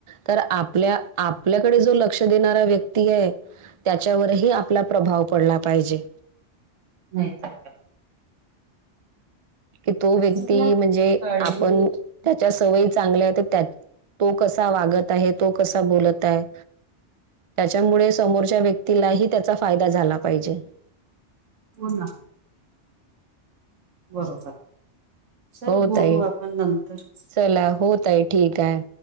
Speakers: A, on the right; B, on the right.
A: तर आपल्या, आपल्याकडे जो लक्ष देणारा व्यक्ती आहे त्याच्यावरही आपला प्रभाव पडला पाहिजे.
B: नाही तर.
A: कि तो व्यक्ती
B: चला
A: म्हणजे,
B: काळजी
A: आपण त्याच्या सवयी चांगल्या त्या, तो कसा वागत आहे, तो कसा बोलत आहे. त्याच्यामुळे समोरच्या व्यक्तीलाही त्याचा फायदा झाला पाहिजे.
B: बोल ना. बरोबर, चल
A: हो
B: बोलू
A: ताई.
B: आपण नंतर.
A: चला, हो ताई ठीक आहे.